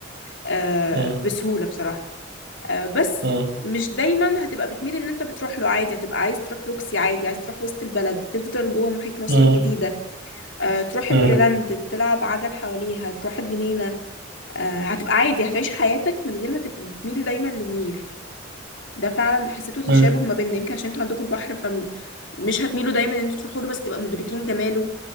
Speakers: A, on the left; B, on the right.
A: آه،
B: مم.
A: بسهولة بصراحة آه، بس
B: مم.
A: مش دايما هتبقى بتميل ان انت بتروح له عادي هتبقى عايز تروح روكسي عادي عايز تروح وسط البلد تفضل جوه محيط مصر
B: مم.
A: الجديدة آه، تروح
B: مم.
A: الميريلاند تلعب عجل حواليها تروح الجنينة آه، هتبقى عادي هتعيش حياتك من غير ما تبقى بتميل دايما للنيل ده فعلا حسيته تشابه
B: مم.
A: ما بيننا يمكن عشان انتوا عندكم البحر فمش هتميلوا دايما ان انتوا تروحوا له بس تبقى مدركين جماله